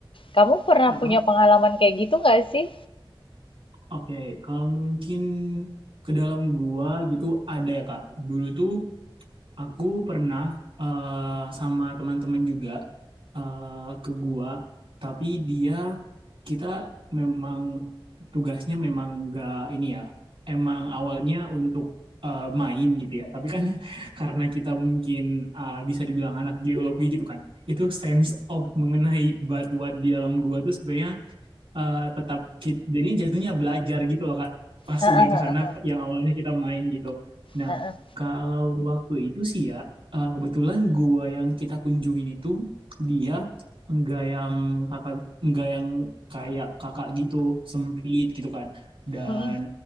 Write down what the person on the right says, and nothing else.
Heeh.
Oke, kalau mungkin ke dalam gua gitu ada ya, Kak. Dulu tuh Aku pernah eh, sama teman-teman juga eh, ke gua, tapi dia kita memang tugasnya memang gak ini ya, emang awalnya untuk eh, main gitu ya. Tapi kan <laughs> karena kita mungkin eh, bisa dibilang anak geologi gitu kan, itu sense of mengenai batuan di dalam gua tuh sebenarnya eh, tetap ki- jadinya jatuhnya belajar gitu loh Kak. Pas
udah kesana yang awalnya kita main gitu. Nah,
kalau waktu itu sih ya eh, kebetulan gua yang kita kunjungin itu dia enggak yang kakak enggak yang kayak kakak gitu sempit gitu kan dan